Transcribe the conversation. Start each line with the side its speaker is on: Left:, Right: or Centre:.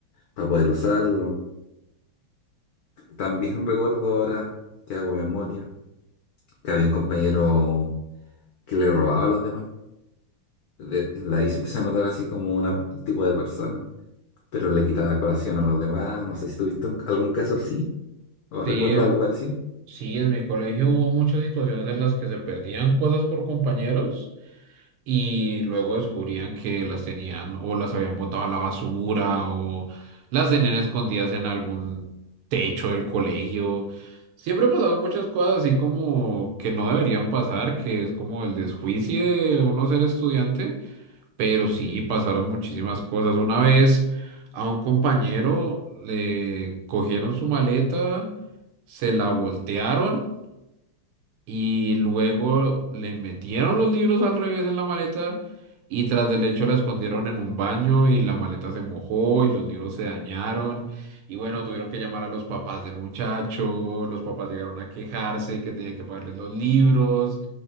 Left: para poder usarlo. También <laughs> recuerdo ahora que hago memoria, que había un compañero que le robaba a los demás. De, de ahí se empezó a notar así como una- un tipo de persona, pero le quitaba colación a los demás. No sé si tuviste un- algún caso así o recuerdas
Right: Sí, en-
Left: algo parecido.
Right: sí, en mi colegio hubo muchas situaciones en las que se perdían cosas por compañeros. y luego descubrían que las tenían o las habían botado a la basura o las tenían escondidas en algún techo del colegio. Siempre pasaban muchas cosas así como que no deberían pasar, que es como el desjuicio de uno ser estudiante, pero sí pasaron muchísimas cosas. Una vez a un compañero le cogieron su maleta, se la voltearon y luego le metieron los libros al revés en la maleta y tras del hecho la escondieron en un baño y la maleta se mojó y los libros se dañaron. Y bueno, tuvieron que llamar a los papás del muchacho, los papás llegaron a quejarse que tenían que pagarles los libros.